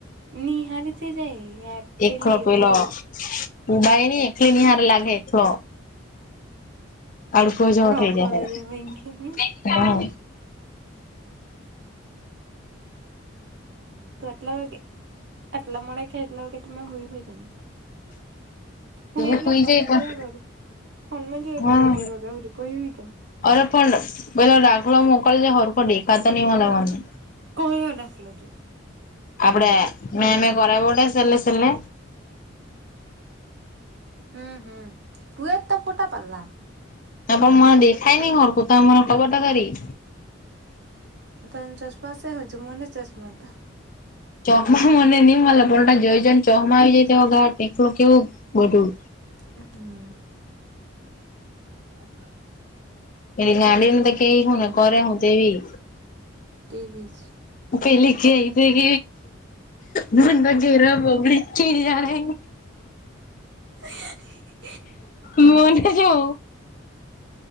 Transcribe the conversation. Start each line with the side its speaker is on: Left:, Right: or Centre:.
Right: નિહારીથી જાય.
Left: એકલો
Right: પેલી
Left: પેલો
Right: ઉબાઈ
Left: ઉબાઈ ન એકલી નિહારે લાગે. તો અડખો જવો
Right: રખોડો
Left: થઇ જાય
Right: જે
Left: હ <unintelligible>
Right: ભંગીની
Left: હા.
Right: તો આટલા વાગે આટલા મોડા ખ આટલા વાગે તમે હય હોય જમ. હું
Left: તું
Right: એટલા
Left: સુઈ
Right: ફોનમાં
Left: જાય પણ
Right: જોયા કરું ફોનમાં જોયા
Left: હા
Right: કરું અગિયાર વાગ્યા હુંધી પસી હુઇ જામ
Left: અરે પણ પેલો દાખલો મોકલજે હરખો દેખાતો નહી મલે મને
Right: ક્યો દાખલો જો
Left: આપડે મે મે કરાબોટે સેલે સેલે
Right: હમ હમ તુંએ તો ફોટા પાલ્લા
Left: ત પણ મને દેખાય ની હરખું તમે મને ખબર ત ખરી
Right: તન ચશ્માસે હજુ મને ચશ્મા તા
Left: ચોખમાં મને નહી મળ પણ જય જણ ચોખમાં આવી જાય તેવ ઘાટ એકલું કેવું ગઢું
Right: હમ. હ.
Left: એની ગાંડને તો કેઈ હુંને કર હું તેવી.
Right: ટીવી જ.
Left: પેલે કે આઈ તો ગ વખે. બડા ઘેરા પબ્લિક કે જના.
Right: હ.
Left: મને જો.